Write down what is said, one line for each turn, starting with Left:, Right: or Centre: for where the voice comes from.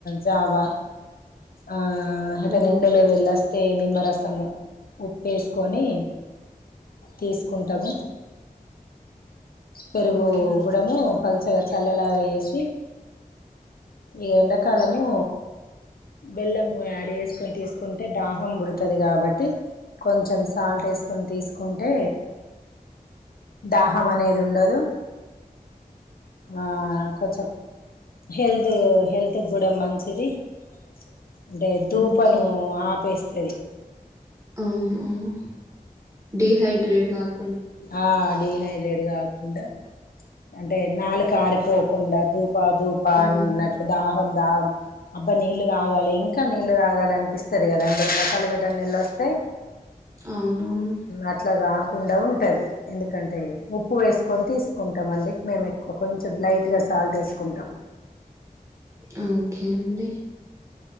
Left: జావ ఆ ఎటైనా
Right: ఆ
Left: ఎండలో వెల్ అస్తే నిమ్ రస్ సము ఉప్పే సుకొని తీసుకుంటాము పెరుగు
Right: ఓకే
Left: కూడాము పలుసగా చల్లెలాగా చేసి ఇ ఏండా కాలం ము బెల్లాం యాడ్ చేసు తీసుకుంటే దాహం పుడుతది. కాబట్టి కొంచెం సాల్ట్ ఏసుకొని తీసుకుంటే దాహం అనేది ఉండదు. ఆ కొంచెం హెల్దీ హెల్త్ తే గూడ మంచిది సరే అంటే ధూపను
Right: ఓకే
Left: ఆపేస్త స్తది
Right: అవును అవును డిహైడ్రేట్ గకుం
Left: ఆ డీహైడ్రేట్ డీహైడ్రేట్ కాకుండా అంటే నాలుక ఆరిపోకుండా దూప్ ప దుపా
Right: ఉమ్
Left: నట్లు దాహం అబ్బా నీళ్లు తగాలి. ఇంకా నీళ్ళలు తగాలి అనిపిస్తది. గాదాండి ఎండాకాలం ఏటన్నా వెళ్ళివోస్తే
Right: అవునవును
Left: అట్లగా కుండా ఉంటది ఎందుకంటే ఉప్పు వేసుకొని తీసుకుంట ఉంటమండి మేము ఎక్కువ కొంచెం లైట్గా సాల్ట్ వేసుకుంటాం
Right: ఉమ్ ఓకే అండి